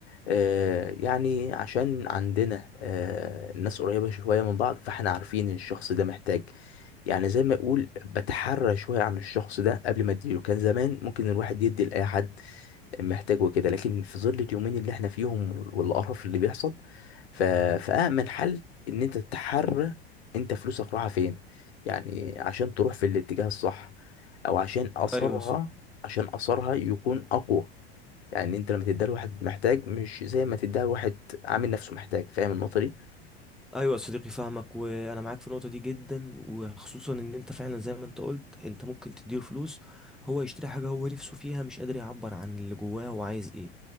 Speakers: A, on the left; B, in the centre.
A: آه يعني عشان عندنا آه الناس قريبه شويه من بعض فاحنا عارفين إن الشخص ده محتاج يعني زي ما اقول بتحرى شويه عن الشخص ده قبل ما اديله كان زمان ممكن الواحد يدي لاي حد محتاجه كده لكن في ظل اليومين اللي احنا فيهم والقرف اللي بيحصل ف... فأأمن حل إن أنت تحرر أنت فلوسك رايحة فين يعني عشان تروح في الاتجاه الصح أو عشان أثرها
B: ايوه
A: عشان أثرها يكون أقوى يعني أنت لما تديها لواحد محتاج مش زي ما تديها لواحد عامل نفسه محتاج فاهم النقطة دي؟
B: ايوه يا صديقي فاهمك وانا معاك في النقطه دي جدا وخصوصا ان انت فعلا زي ما انت قلت انت ممكن تديله فلوس هو يشتري حاجه هو نفسه فيها مش قادر يعبر عن اللي جواه هو عايز ايه